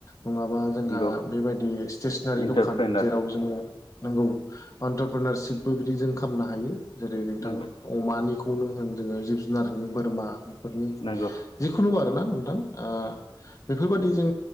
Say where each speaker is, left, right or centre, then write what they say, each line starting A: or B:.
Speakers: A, on the left; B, on the left.
A: नङाबा जोंहा
B: नंगौ
A: बेबायदि स्टेसनारि
B: इन्टारप्रेनार
A: दखान जेराव जोङो नांगौ अन्टारप्रनारशिपबो बिदि जों खालामनो हायो जेरै नोंथां
B: नंगौ
A: अमानिखौनो होन जोङो जिब जुनारनि बोरमा बेफोरनि
B: नंगौ
A: जिखुनु आरोना नोंथां आ बेफोरबादि जों